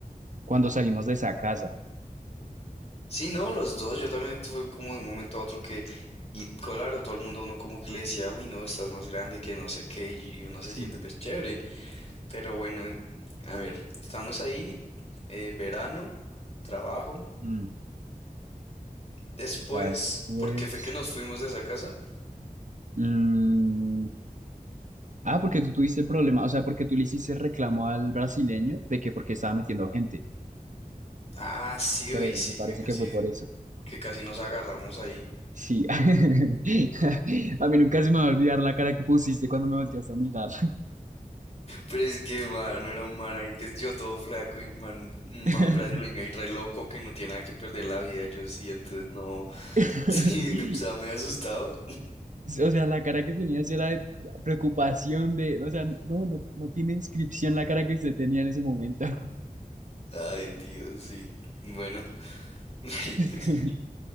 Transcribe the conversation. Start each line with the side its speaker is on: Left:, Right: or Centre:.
Right: cuando salimos de esa casa.
Left: Sí, no, los dos. Yo también fue como de un momento a otro que, y claro, todo el mundo a uno como que le decía, uy, no, estás más grande que no sé qué, y y uno
Right: Sí.
Left: se siente pues chévere. Pero bueno, en- a ver, estamos ahí, eh, verano, trabajo.
Right: Mm,
Left: Después,
Right: ya después.
Left: ¿por qué fue que nos fuimos de esa casa?
Right: Mm, ah, porque tú tuviste el problema, o sea, porque tú le hiciste reclamo al brasileño de que porque estaba metiendo gente,
Left: Ah, sí,
Right: creo,
Left: uy, sí,
Right: me parece
Left: que casi,
Right: que fue por eso.
Left: que casi nos agarramos ahí.
Right: Sí. <laughs> A mí nunca se me va a olvidar la cara que pusiste cuando me volteaste a mirar.
Left: Pero es que, mano, era un man ahí que yo todo flaco y un man, un
Right: <laughs>
Left: man- un brasileño ahí re loco que no tiene nada que perder la vida, yo sí, entonces no, <laughs>
Right: <laughs>
Left: sí, estaba muy asustado.
Right: O sea, la cara que tenía sí era de preocupación de, o sea, no, no, no tiene inscripción la cara que se tenía en ese momento.
Left: Ay, Dios, sí, bueno, <laughs> ay, Dios.
Right: <laughs>